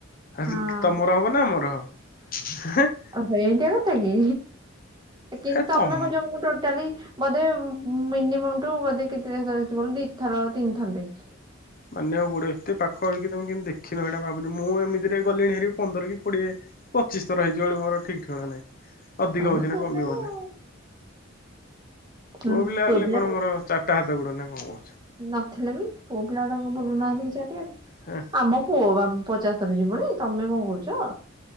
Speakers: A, on the left; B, on the right.
A: <unintelligible>
B: ହଁ
A: ତମର ହବ୍ ନା ଆମର ହ। <unintelligible>
B: ଓହ ଏଇଟା କଥା କିି କିନ୍ତୁ
A: ହେ
B: ତମେ
A: ତମ
B: କହୁଚ ମୁଁ ଟୋଟାଲି ବୋଧେ ମିନିୟମଟୁ ବୋଧେ କେତେ ଦି ଥର ତିନିଥର ଦେଖିଚି।
A: ମାନିଆକୁପଡିବ ଏତେ ପାଖ ହେଇକି ତମେ କିନ୍ତୁ ଦେଖିନ ଏଇଟା ଭାବୁଚି ମୁଁ ଏମତିରେ ଗଲିଣି ହେ ପନ୍ଦର କି କୋଡ଼ିଏ? ପଚିଶି ଥର ହେଇଯିବଣି ମୋର ଠିକ୍ ଠିକଣା ନାହିଁ। ଅଧିକ
B: ତମେ
A: ହଉଛି ନା
B: ପୁଅ
A: କମିବ
B: ପିଲାଟା
A: ହେଲେ
B: ଆଉ। ହୁଁ
A: ପୁଅ ପିଲା ବୋଲି
B: ପିଲାଟା
A: କଣ ମୋର ଚା ତାହା ହାତ ଗୋଡ ନା କଣ କହୁଛୁ?
B: ନଥିଲେ ବି ପୁଅପିଲା ଗୁଡାକ କଣ ବୁଲୁନାହାନ୍ତି କି ଚାରିଆଡେ?
A: ହେଁ
B: ଆମ ପୁଅ ବା ପଚାଶ ଥର ଯିବଣି ତମେ କଣ କହୁଛ?